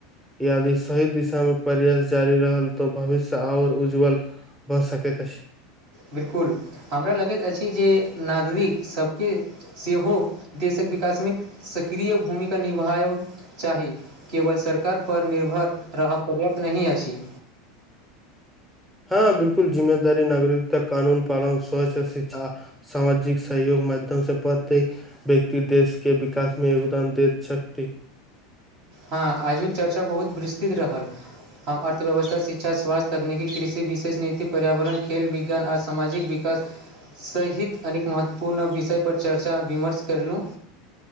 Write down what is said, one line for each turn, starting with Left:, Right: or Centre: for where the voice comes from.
Centre: यदि सही दिशा मे प्रयास जारी रहल तऽ भविष्य आओर उज्ज्वल कऽ सकति अछि
Right: बिलकुल हमरा लगैत अछि जे नागरिक सभके सेहो देशक विकास मे सक्रिय भूमिका निभायब चाही केवल सरकारपर निर्भर रहय पर्याप्त नहि अछि
Centre: हँ बिलकुल जिम्मेदारी नागरिकता कानून पालन स्वच्छ शिक्षा सामाजिक सहयोग माध्यम से प्रत्येक व्यक्ति देश के विकास मे योगदान देत छति
Right: हँ आजुक चर्चा बहुत विस्तृत रहल हम अर्थव्यवस्था शिक्षा स्वास्थ तकनीक कृषि विशेष नति पर्यावरण खेल विज्ञान आ सामाजिक वि कास सहित अनेक महत्वपूर्ण विषय पर चर्चा विमर्श कैरलहुँ